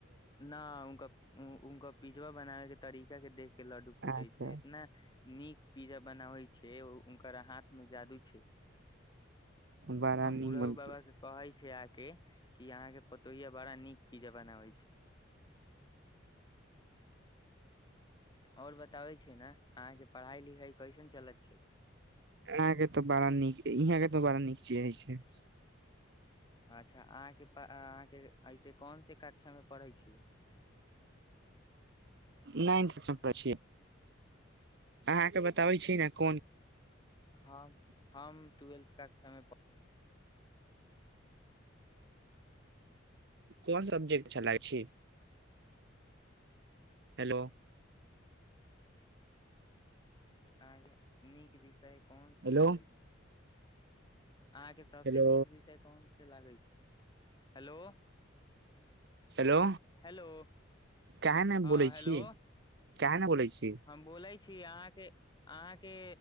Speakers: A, on the left; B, on the right.
A: न उनकर उनकर पिजवा बनाबे के तरीका के देख के लड्डू फूटे
B: अच्छा
A: छै इतना नीक पिज्जा बनाबे छै उनक हाथ में जादू छै
B: बड़ा
A: हम बुढ़हु
B: निमन
A: बाबा के कहै छै आ के क अहाँके पतोहिए बड़ा नीक पीजा बनाबै छै <inaudible> और बताबै छै ने अहाँके पढ़ाई लिखाई कैसन चल छै
B: अहाकेँ तऽ बड़ा नीक इहाँ के तऽ बड़ा नीक चीज हइ छै
A: अच्छा अहाँके अहाँके ऐसे कोन से कक्षा मे पढ़ै छै
B: नहि इथन प छिय <unintelligible> अहाँके बताबै छी ने कोन
A: ह हम टुवेल्थ कक्षा मे प
B: कोन सब्जेक्ट चलाै छै हेलो
A: अहाकेँ नीक विषय कोन से
B: हेलो
A: लागै छै ह <inaudible> अहाँके सबसे
B: हेलो
A: नीक विषय कोन से लागै छै हेलो
B: हेलो
A: हेलो
B: काहे ने
A: हँ
B: बोलै
A: हेलो
B: छी काहे ने बोलै छी
A: हम बोलै छी अहाँके